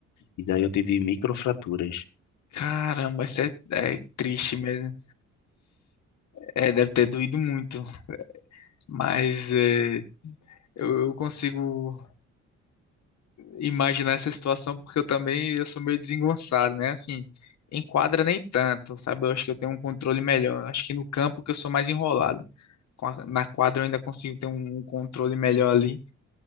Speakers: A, on the left; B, on the left.
A: E daí eu tive microfraturas.
B: Caramba, isso é, é triste mesmo. É, deve ter doído muito, mas é, eu, eu consigo imaginar essa situação porque eu também eu sou meio desengonçado, né? Assim, em quadra nem tanto, sabe? Eu acho que eu tenho um controle melhor. Eu Acho que no campo que eu sou mais enrolado. Com a- Na quadra eu ainda consigo ter um um controle melhor ali,